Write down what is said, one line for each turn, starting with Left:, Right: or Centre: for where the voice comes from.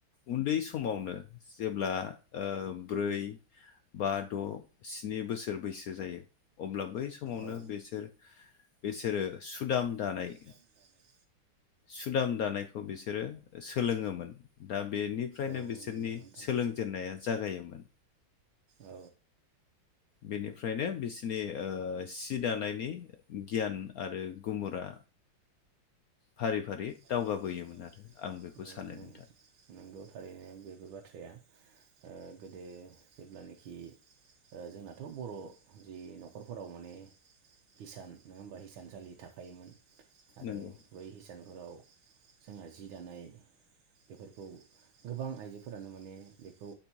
Left: उन्दै समावनो जेब्ला ओ ब्रै बा द' स्नि बोसोर बैसो जायो अब्ला बै समावनो
Right: औ
Left: बिसोर बिसोरो सुदाम दानाय
Right: दानाय
Left: सुदाम दानायखौ बिसोरो सोलोङोमोन दा बेनिफ्रायनो
Right: औ
Left: बिसोरनि
Right: नंगौ नोंथां
Left: सोलों जेननाया जागायोमोन
Right: औ
Left: बेनिफ्रायनो बिसिनि ओ सि दानायनि गियान आरो गुमुरा फारि फारि
Right: औ
Left: दावगाबोयोमोन आरो आं बेखौ सानो
Right: नं
Left: नोंथां
Right: नंगौ थारैनो बेबो बाथ्राया ओ गोदो जेब्लानाखि जोंनाथ' बर' जि न'खरफोराव माने हिसान नङा होमबा हिसानसालि थाखोमोन आरो
Left: नंगौ
Right: बै हिसानफोराव <inaudible> जोंहा जि दानाय बेफोरखौ गोबां आइजोफोरानो माने बेखौ